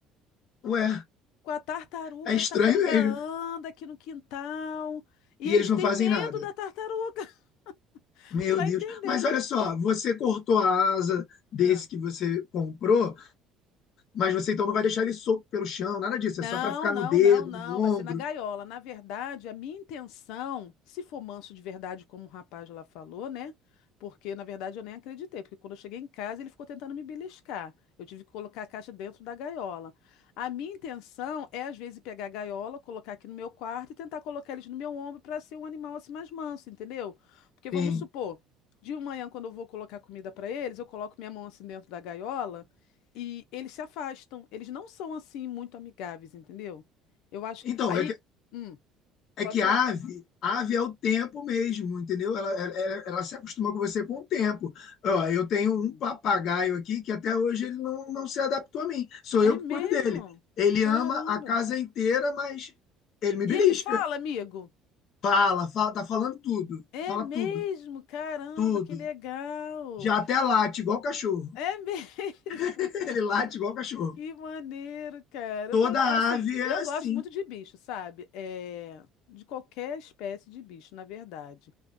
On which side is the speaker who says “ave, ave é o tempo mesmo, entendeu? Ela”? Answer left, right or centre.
Left